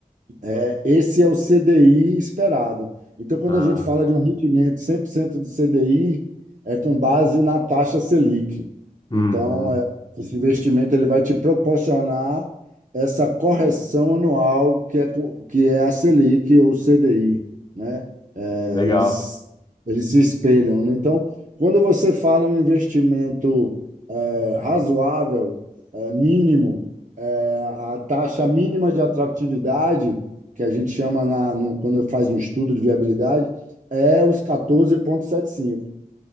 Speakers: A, on the right (about 60°); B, on the left (about 30°).
A: É, Esse é o CDI esperado. Então, quando
B: Ah,
A: a gente fala de um rendimento 100% de CDI, é com base na taxa Selic.
B: uhum,
A: Então, é, esse investimento ele vai te proporcionar essa correção anual que é, co- que é a Selic ou CDI, né? É,
B: legal.
A: eles, eles se espelham. né? Então, quando você fala em um investimento é, razoável, é, mínimo, é, a taxa mínima de atratividade que a gente chama, na, no, quando faz um estudo de viabilidade, é os 14,75.